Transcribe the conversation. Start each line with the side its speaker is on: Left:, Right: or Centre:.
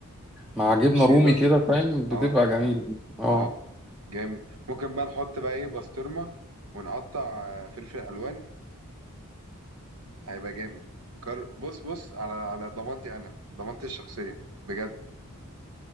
Centre: مع جبنه
Right: شيدر
Centre: رومي كده فاهم بتبقى
Right: اهو
Centre: جميله اه
Right: اهو جامد ممكن بقى نحط بقى ايه بسطرمة ونقطع آه، فلفل الوان هيبقى جامد جر... بص بص على على ضمانتي انا ضمانتي الشخصية بجد